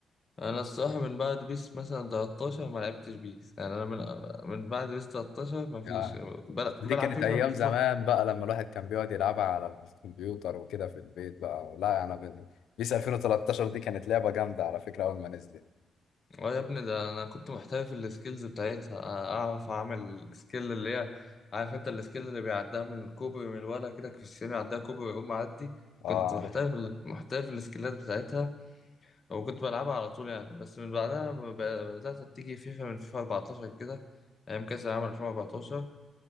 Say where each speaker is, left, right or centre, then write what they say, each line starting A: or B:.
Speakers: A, on the left; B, on the left.
A: انا الصراحه من بعد بيس مثلا 13 ما لعبتش بيس يعني انا من من بعد بيس 13 ما فيش
B: يعني
A: بل-
B: بس دي
A: بلعب
B: كانت
A: فيفا
B: أيام
A: من
B: زمان بقى لما الواحد كان بيقعد يلعبها على الكمبيوتر وكده في البيت بقى لا يعني بن- بيس 2013 دي كانت لعبة جامدة على فكرة أول ما نزلت
A: اه يا ابني ده انا كنت محترف في السكيلز بتاعتها اعرف اعمل سكيل اللي هي عارف انت السكيل اللي بيعديها من الكوبري من الولا كده كريستيانو يعديها كوبري ويقوم معدي
B: أه
A: كنت محترف
B: عارف
A: محترف السكيلات بتاعتها وكنت بلعبها على طول يعني بس من بعدها ب- بدأت تيجي فيفا من فيفا 14 كده أيام كأس العالم 2014